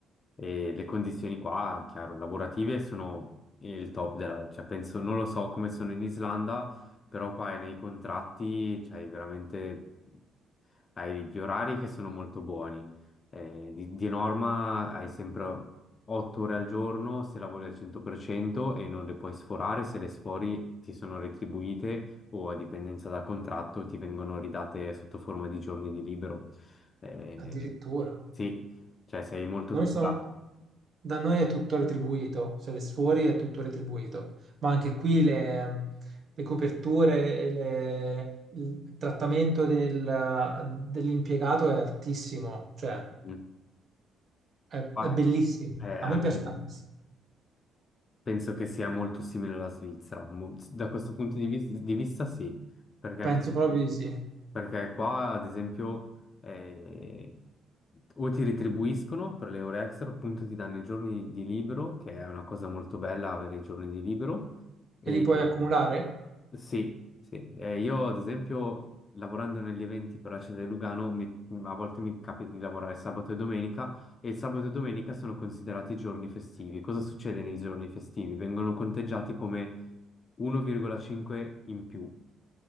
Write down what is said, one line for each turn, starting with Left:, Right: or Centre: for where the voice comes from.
Left: E le condizioni qua, chiaro, lavorative sono il top della, cioè penso, non lo so come sono in Islanda, però qua è nei contratti c'hai veramente, hai gli orari che sono molto buoni. Eh, di, di norma hai sempre 8 ore al giorno se lavori al 100% e non le puoi sforare, se le sfori ti sono retribuite o a dipendenza da contratto ti vengono ridate sotto forma di giorni di libero. Eh,
Right: addirittura.
Left: sì, cioè sei molto
Right: Noi
Left: tutelato.
Right: sono- da noi è tutto retribuito, se le fuori è tutto retribuito, ma anche qui le, le coperture e le- il trattamento del- dell'impiegato è altissimo, cioè
Left: Mhm.
Right: è,
Left: Vai.
Right: è bellissimo.
Left: Eh,
Right: A
Left: anche,
Right: me piace tantissimo,
Left: penso che sia molto simile alla Svizzera, mo- da questo punto di, vis- di vista sì, perché
Right: penso
Left: anche
Right: proprio di sì. E
Left: Perché qua, ad esempio, eh, o ti retribuiscono per le ore extra, appunto ti danno i giorni di libero, che è una cosa molto bella avere i giorni di libero. E
Right: li puoi accumulare?
Left: sì, sì. Eh, io, ad esempio, lavorando negli eventi per la città di Lugano, mi- a volte mi capita di lavorare sabato e domenica, e il sabato e domenica sono considerati giorni festivi. Cosa succede nei giorni festivi? Vengono conteggiati come 1,5 in più.